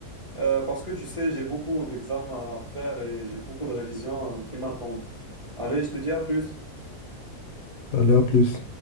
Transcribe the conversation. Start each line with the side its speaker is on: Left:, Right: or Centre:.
Right: Euh, parce que tu sais, j'ai beaucoup d'examens à faire et j'ai beaucoup de révisions euh, qui m'attendent. Allez, je te dis à plus.
Left: Allez, à plus.